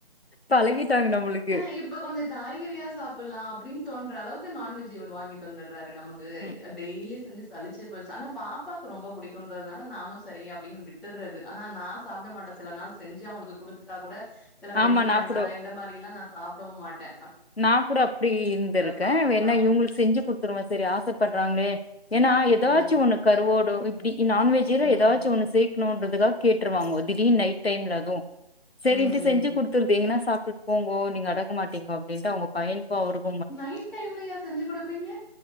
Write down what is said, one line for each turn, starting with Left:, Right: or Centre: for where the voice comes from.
Left: பழகிட்டாங்க நம்மளுக்கு
Centre: ஆ இப்ப கொஞ்சோ காய்கறியா சாப்பலா அப்டினு தோன்ற அளவுக்கு நான்வெஜ் இவர் வாங்கிட்டு தந்துராறு நமக்கு
Left: ம்
Centre: டெய்லி செஞ்சு தளிச்சே போச்சு ஆனா பாப்பாக்கு ரொம்ப புடிக்கும்ன்றதுனால நானு சரி அப்டின்னு விட்டுறது ஆனா நா சாப்பட மாட்டா சில நாள் செஞ்சு அவங்களுக்கு கொடுத்துட்டா கூட சில வெள்ளிக்கிழம
Left: ஆமா நான் கூட
Centre: இந்த மாரில்லா நா சாப்டவு மாட்டே
Left: நா கூட அப்டி இருந்திருக்கே
Centre: சாப்பிட்டுக்கலாம்.
Left: என்னா இவங்களுக்கு செஞ்சு குடுத்துருவே சரி ஆசப்படுறாங்கலே ஏன்னா ஏதாச்சு
Centre: ம்.
Left: ஒன்னு கருவோடோ இப்டி நான்வெஜ்ல்ல
Centre: ம். ம்.
Left: ஏதாச்சு ஒண்ணு செய் <unintelligible> கேட்டுருவாங்க திடீ நைட் டைம்ல அதுவு சரின்ட்டு
Centre: ம்.
Left: செஞ்சு குடுத்துருகேன்னா சாப்டு போங்கோ நீங்க அடங்க மாட்டீங்கோ அப்டின்ட்டு அவ்ங்க பையனுக்கு அவருகு
Centre: நைட் டைம்லயா செஞ்சு கொடுப்பீங்க